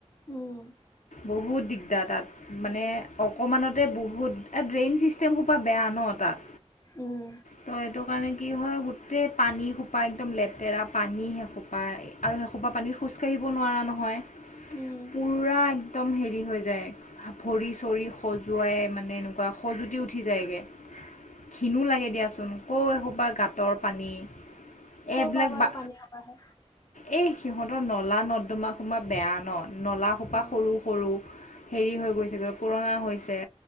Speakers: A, on the left; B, on the left.
A: উম
B: বহুত দিগ এতিয়া তাত মানে অকণমানতে বহুত এ ড্ৰেইন ছিষ্টেম সোপা বেয়া ন তাত
A: উম
B: ত সেইটো কাৰণে কি হয় গোটেই পানী সোপা একদম লেতেৰা পানী সোপা পায় আৰু সেসোপা পানীত খোজ কাঢ়িবও নোৱাৰা নহয়
A: উম
B: পুৰা একদম হেৰি হৈ যায় ভৰি চৰি খজুৱাই মানে এনেকুৱা খজুতি উঠি যায়গে ঘিনো লাগে দিয়াচোন ক এসোপা গাঁতৰ পানী
A: ক
B: এইবিলাক
A: পা বাও
B: বা
A: পানী সাবাহে
B: এই সিহঁতৰ নলা নৰ্দমা সোমা বেয়া ন নলা সোপা
A: অ
B: সৰু সৰু হেৰি হৈ গৈছেগৈ পুৰণা হৈছে।